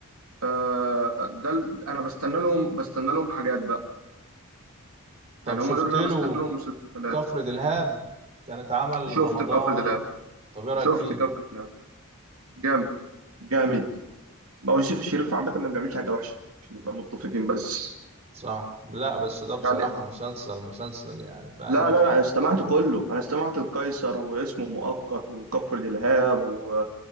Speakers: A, on the right; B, on the right.
A: آه، ده ال- انا بستنى لهم بستنى لهم حاجات بقى
B: طب
A: يعني
B: شفت
A: هم دول اللي
B: له
A: انا بستنى لهم مسلسلات
B: كفر دلهاب كان اتعمل
A: شفت
B: رمضان
A: كفر دلاب
B: طب ايه رايك
A: شفت
B: فيه
A: كفر دلاب جامد جامد ما هو يوسف الشريف عامه ما بيعملش حاجه وحشه عشان نبقى متفقين بس
B: صح لا بس ده بصراحة
A: يعني
B: مسلسل مسلسل يعني فاهم
A: لا
B: مسلسل
A: لا لا انا استمعت كله انا استمعت القيصر واسمه مؤقت وكفر دلهاب و